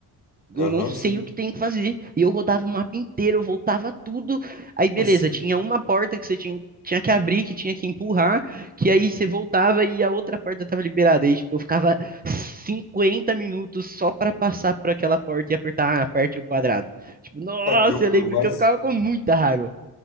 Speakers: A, on the left; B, on the right.
A: Aham,
B: eu não sei
A: sim,
B: o que tem que fazer. E eu rodava o mapa inteiro, eu voltava tudo.
A: <laughs>
B: Aí, beleza,
A: sim.
B: tinha uma porta que você tinha, tinha que abrir, que tinha que empurrar, que aí você voltava e a outra porta tava liberada. Aí, tipo, eu ficava 50 minutos só pra passar por aquela porta e apertar, ah, aperte o quadrado. Tipo, nossa,
A: Cara, eu,
B: eu lembro
A: eu mais.
B: que eu ficava com muita raiva.